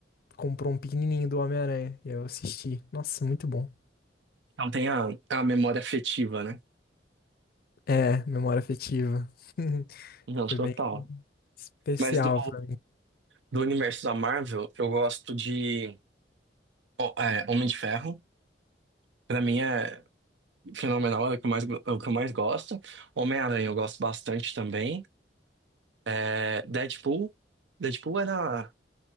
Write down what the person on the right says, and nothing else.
Não tem a, a memória afetiva, né?
Não,
total.
Mas do,
do universo da Marvel, eu gosto de Ho- é, Homem de Ferro. Pra mim é. Fenomenal é o que eu mais, é o que eu mais gosto. Homem-Aranha eu gosto bastante também. É, Deadpool. Deadpool é da